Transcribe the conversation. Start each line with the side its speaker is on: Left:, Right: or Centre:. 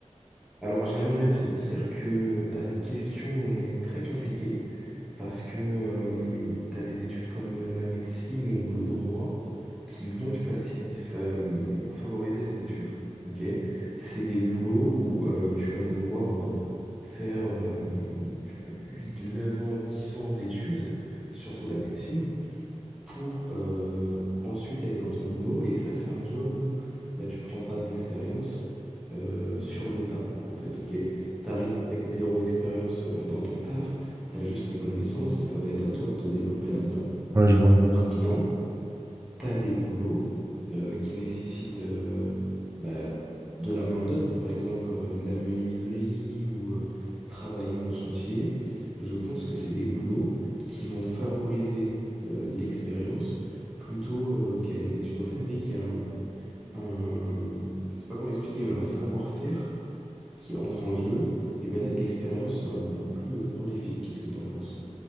Centre: Alors j'aimerais te dire que ta question est très compliquée parce que euh, tu as des études comme euh, la médecine ou le droit qui vont faci- fa- euh, favoriser les études. Ok? C'est des boulots où euh, tu vas devoir euh, faire euh, je sais pas, 8, 9 ans, 10 ans d'études, surtout la médecine. pour euh, ensuite aller dans ton boulot. Et ça, c'est un job où bah, tu prendras de l'expérience euh, sur le tas, en fait, ok? T'arrives avec zéro expérience euh, dans ton taf, t'as juste tes connaissances et ça va être à toi de te développer là-dedans.
Right: Ouais, je vois.
Centre: Maintenant, t'as des boulots euh, qui nécessitent euh, bah, de la main-d'œuvre, par exemple, comme euh, de la menuiserie ou euh, travailler en chantier. Je pense que c'est des boulots qui vont favoriser euh, l'expérience plutôt euh, qu'à les études. En fait, dès qu'il y a un, un- je sais pas comment expliquer, mais un savoir-faire qui entre en jeu, et ben là, l'expérience sera beaucoup plus euh, prolifique. Qu'est-ce que t'en penses?